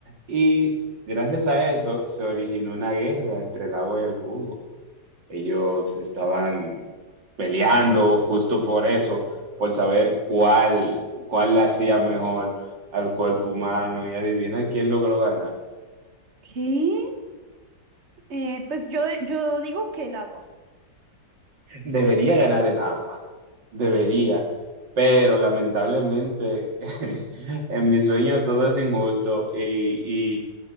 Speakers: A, on the right; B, on the right.
A: y gracias a eso se originó una guerra entre el agua y el jugo. Ellos estaban peleando justo por eso, por saber cuál, cuál le hacía mejor al cuerpo humano. Y adivina quién logró ganar.
B: ¿Qué? Eh, pues yo, yo digo que el agua,
A: Debería ganar el agua,
B: sí,
A: debería. Pero lamentablemente <laughs> en mi sueño todo es injusto y, y